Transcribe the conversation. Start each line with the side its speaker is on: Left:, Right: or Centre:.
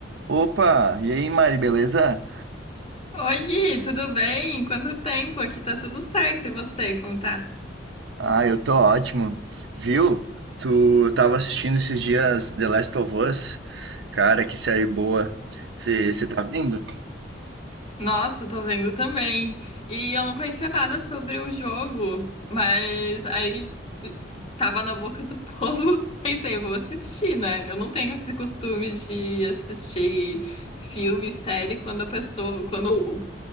Right: Opa, e aí, Mari, beleza?
Left: Oi, Gui, tudo bem? Quanto tempo? Aqui tá tudo certo. E você, como tá?
Right: Ah, eu tô ótimo. Viu? Tu tava assistindo esses dias The Last of Us? Cara, que série boa. Você tá vendo?
Left: Nossa, tô vendo também. E eu não conhecia nada sobre o jogo, mas aí tava na boca do <laughs> povo. Pensei, eu vou assistir, né? Eu não tenho esse costume de assistir filme, série quando a pessoa, quando o-